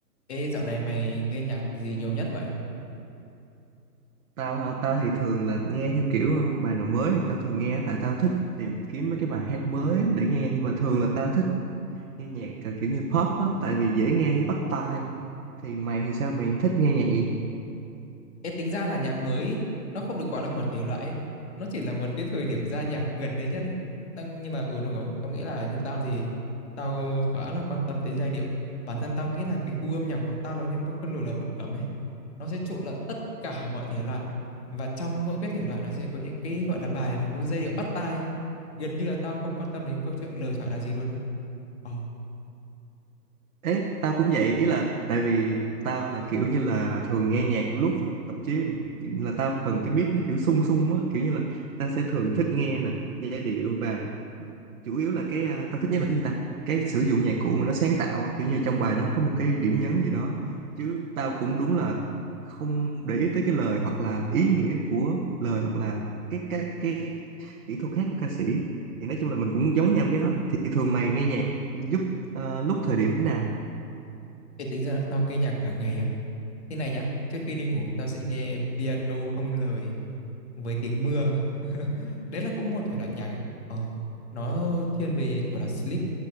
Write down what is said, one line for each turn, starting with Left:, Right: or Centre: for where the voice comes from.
Left: Ê, dạo này mày nghe nhạc gì nhiều nhất vậy?
Right: tao hả tao thì thường là nghe theo kiểu ờ, bài nào mới thì tao thường nghe tại tao thích tìm kiếm mấy cái bài hát mới để nghe nhưng mà thường là tao thích nghe nhạc ờ, kiểu như pop á tại vì dễ nghe với bắt tai thì mày thì sao mày thích nghe nhạc gì
Left: Ê, tính ra là nhạc mới, ý, nó không được gọi là một thể loại, ấy. Nó chỉ là một cái thời điểm ra nhạc gần đấy nhất đấy. Tao, nhưng mà ừ đúng rồi, tao nghĩ là như tao thì tao khá là quan tâm tới giai điệu. Bản thân tao nghĩ là cái gu âm nhạc của tao nó như một cái lùi là thập cẩm ấy. Nó sẽ trộn lẫn tất cả mọi thể loại và trong mỗi cái thể loại nó sẽ có những cái gọi là bài nó có cái giai điệu bắt tai. Gần như là tao không quan tâm đến câu chuyện lời thoại là gì luôn ấy. Ồ,
Right: ấy tao cũng vậy ý là tại vì tao là kiểu như là thường nghe nhạc lúc tập gym là tao cần cái beat nó kiểu sung sung á kiểu như là tao sẽ thường thích nghe nè giai điệu và chủ yếu là cái à, tao thích nhất là cái gì ta cái sử dụng nhạc cụ mà nó sáng tạo á, kiểu như trong bài nó có một cái điểm nhấn gì đó chứ tao cũng đúng là không để ý tới cái lời hoặc là ý nghĩa của lời hoặc là cái cái cái kỹ thuật hát của ca sĩ thì nói chung là mình cũng giống nhau cái đó thì thường mày nghe nhạc giúp ờ, lúc thời điểm nào
Left: ê, tính ra là tao nghe nhạc cả ngày à? Thế này nhá, trước khi đi ngủ tao sẽ nghe piano không lời với tiếng mưa. <laughs> Đấy là cũng một thể loại nhạc ấy. Ờ, nó thiên về gọi là sleep,